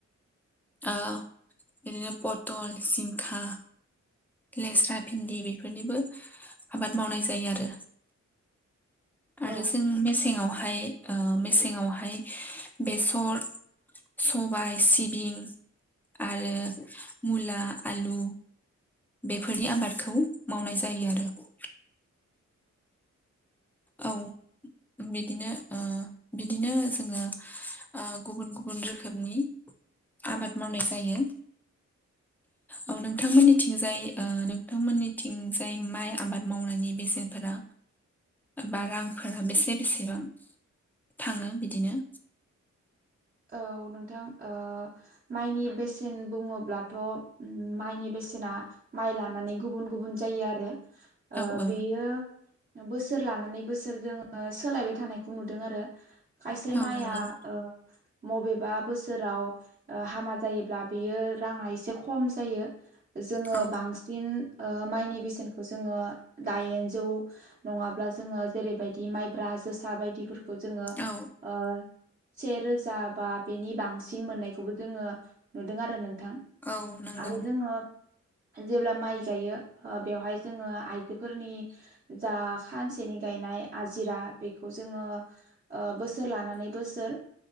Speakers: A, in the centre; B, on the right.
A: ओ बिदिनो पटल, जिंखा लेस्रा, भिन्दि बेफोरनिबो आबाद मावनाय जायो आरो।
B: औ
A: आरो जों मेसेङावहाय ओ मेसेंआवहाय बेसर सबाय, सिबिं आरो मुला, आलु बेफोरनि आबादखौ मावनाय जायो आरो। औ बिदिनो ओ बिदिनो जोङो गुबुन गुबुन रोखोमनि आबाद मावनाय जायो। औ नोंथांमोननिथिंजाय ओ नोंथांमोननिथिंजाय माइ आबाद मावनायनि बेसेनफोरा बा रांफोरा बेसे बेसेबां? थाङो बिदिनो
B: औ नोंथां ओ माइनि बेसे न बुङोबाथ' माइनि बेसेना माइ लानानै गुबुन-गुबुन जायो आरो ओ
A: औ औ
B: बेयो बोसोर लानानै बोसोर जोङो सोलायबाय थानायखौ नुदों आरो खायसे
A: औ
B: माइआ
A: नंगौ
B: ओ बबेबा बोसोराव हामा जायोब्ला बियो राङा एसे खम जायो जोङो
A: औ
B: बांसिन ओ माइनि बेसेनखौ जोङो दाइनजौ नङाब्ला जोङो जेरैबाय दि माइब्रा जोसा बायदिफोरखौ जोंङो
A: औ
B: ओ से रोजा बा बेनि बांसिन मोननायखौबो जोङो नुदों आरो नों थां
A: औ नंगौ
B: आरो जोङो जेब्ला माइ गायो बेवहाय जोङो आइजोफोरनि जा खानसेनि गा गायनाय आजिरा बेखौ जोङो ओ बोसोर लानानै बोसोर